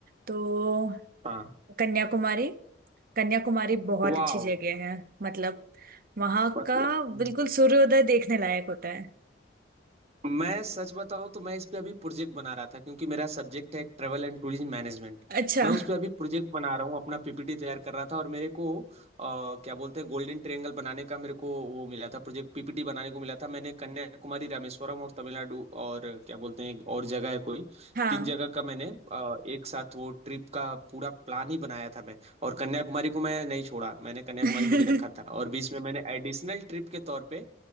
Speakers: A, on the right; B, on the right.
A: तो
B: हाँ
A: कन्याकुमारी कन्याकुमारी बहुत
B: वाह
A: अच्छी जगह है मतलब वहां
B: मतलब
A: का बिल्कुल सूर्योदय देखने लायक होता है
B: मैं सच बताऊं तो मैं इस पे अभी प्रोजेक्ट बना रहा था क्योंकि मेरा सब्जेक्ट है ट्रैवल एंड टूरिज्म मैनेजमेंट
A: अच्छा
B: मैं उस पे अभी प्रोजेक्ट बना रहा हूँ अपना पीपीटी तैयार कर रहा था और मेरे को अ, क्या बोलते हैं गोल्डन ट्रायंगल बनाने का मेरे को वो मिला था प्रोजेक्ट पीपीटी बनाने को मिला था मैंने कन्याकुमारी रामेश्वरम और तमिलनाडु और क्या बोलते हैं एक और जगह है कोई
A: हाँ
B: तीन जगह का मैंने अ, एक साथ वो ट्रिप का पूरा प्लान ही बनाया था मैं और कन्याकुमारी को मैं नहीं छोड़ा मैंने कन्याकुमारी
A: <laughs>
B: को भी रखा था और बीच में मैंने एडिशनल ट्रिप के तौर पे